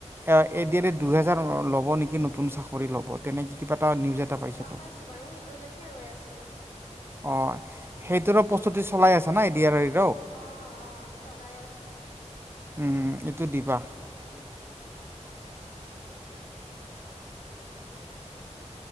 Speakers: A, on the right; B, on the left.
A: আ এ ডি আৰ ইত দুহেজাৰ ল'ব নিকি নতুন চা কৰি ল'ব তেনেকৈ কিবা এটা
B: উম
A: নিউজ এটা
B: উম
A: পাইছিলোঁ
B: গম পাইছো বাৰু সেইটোলৈকে ৰৈ আছোঁ
A: অঁ সেইটোৰো প্ৰস্তুতি চলাই আছে না এ ডি আৰ ৰিৰ।
B: অ অ চলাই আছোঁ।
A: উম এইটো দিবা।